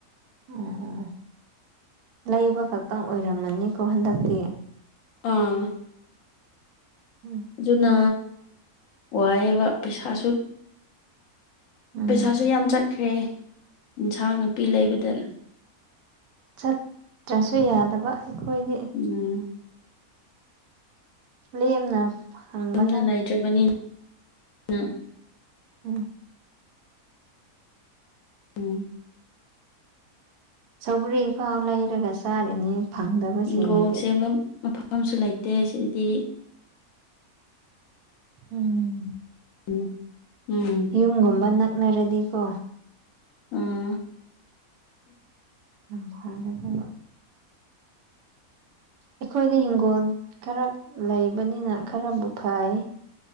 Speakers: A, on the right; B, on the left.
A: ꯑꯣ ꯑꯣ ꯑꯣ ꯂꯩꯕ ꯈꯛꯇꯪ ꯑꯣꯏꯔꯝꯃꯅꯤꯀꯣ ꯍꯟꯗꯛꯇꯤ
B: ꯑꯥ
A: ꯑꯥ
B: ꯑꯗꯨꯅ ꯋꯥꯏꯑꯦꯕ ꯄꯩꯁꯥꯁꯨ
A: ꯎꯝ
B: ꯄꯩꯁꯥꯁꯨ ꯌꯥꯝ ꯆꯠꯈ꯭ꯔꯦ ꯏꯟꯁꯥꯡ ꯅꯥꯄꯤ ꯂꯩꯕꯗ
A: ꯆꯠꯇ꯭ꯔꯁꯨ ꯌꯥꯗꯕ ꯑꯩꯈꯣꯏꯗꯤ
B: ꯎꯝ
A: ꯂꯦꯝꯅ ꯐꯪꯕ
B: ꯌꯨꯝꯗ ꯂꯩꯇ꯭ꯔꯤꯕꯅꯤ ꯅ
A: ꯑ
B: ꯎꯝ
A: ꯁꯧꯒ꯭ꯔꯤ ꯐꯥꯎ ꯂꯩꯔꯒ ꯆꯥꯔꯤꯅꯤ ꯐꯪꯗꯕꯁꯤꯡꯒꯤꯗꯤ
B: ꯏꯪꯒꯣꯜ ꯁꯦꯝꯕ ꯃꯐꯝꯁꯨ ꯂꯩꯇꯦ ꯁꯤꯗꯗꯤ
A: ꯎꯝ
B: ꯎꯝ ꯎꯝ
A: ꯌꯨꯝꯒꯨꯝꯕ ꯅꯛꯅꯔꯗꯤꯀꯣ
B: ꯎꯝ
A: ꯌꯥꯝ ꯐꯒꯗꯕ ꯑꯩꯈꯣꯏꯗꯤ ꯍꯤꯡꯒꯣꯜ ꯈꯔ ꯂꯩꯕꯅꯤꯅ ꯈꯔꯕꯨ ꯐꯩꯌꯦ